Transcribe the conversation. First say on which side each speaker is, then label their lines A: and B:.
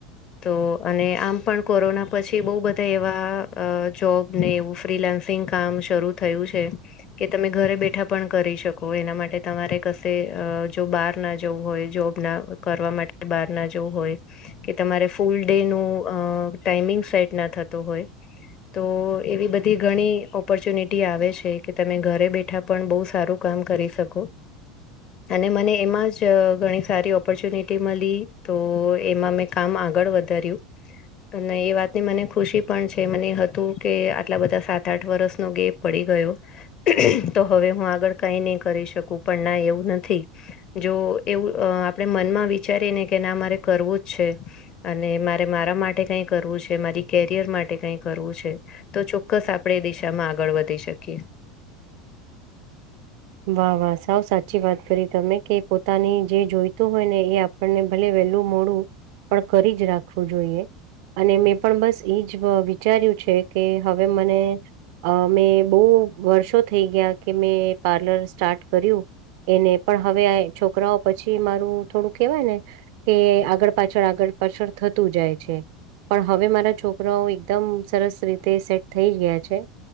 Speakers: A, on the left; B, on the right.
A: તો અને આમ પણ કોરોના પછી બહ બધા એવા જોબ ને એવું ફ્રીલાન્સિંગ કામ શરૂ થયું છે કે તમે ઘરે બેઠા પણ કરી શકો એના માટે તમારે ક તે જો બહાર ના જવું હોય જોબ ના કરવા માટે બહાર ના જવું હોય કે તમારે ફૂલ ડે નું અ ટાઈમિંગ સેટ ના થતો હોય તો એવી બધી ઘણી ઓપોર્ચ્યુનિટી આવે છે કે તમે ઘરે બેઠા પણ બહુ સારું કામ કરી શકું અને મને એમાં જ ઘણી સારી ઓપોર્ચ્યુનિટી મળી તો એમાં મેં કામ આગળ વધાર્યું તો નહી એ વાતની મને ખુશી પણ છે મને હતું કે આટલા બધા સાત આઠ વર્ષનો ગેફ પડી ગયો તો હવે હું આગળ કઈ નહી કરી શકું પણ ના એવું નથી જો એવું આપણે મનમાં વિચારીએ ને કે ના મારે કરવું જ છે અને મારે મારા માટે કઈ કરવું છે મારી કેરિયર માટે કઈ કરવું છે તો ચોક્કસ આપણે એ દિશામાં આગળ વધી શકીએ
B: વાહ વાહ સાવ સાચી વાત કરી તમે કે પોતાની જે જોઈતું હોય ને એ આપણને ભલે વેલું મોડું પણ કરી જ રાખવું જોઈએ અને મેં પણ બસ એજ વિચાર્યું છે કે હવે મને અ મેં બહુ વર્ષો થઈ ગયા કે મેં પાર્લર સ્ટાર્ટ કર્યું એને પણ હવે આ છોકરાઓ પછી મારું થોડું કેહેવાય ને કે આગળ પાછળ આગળ પાછળ થતું જાય છે પણ હવે મારા છોકરાઓ એકદમ સરસ રીતે સેટ થઈ ગયા છે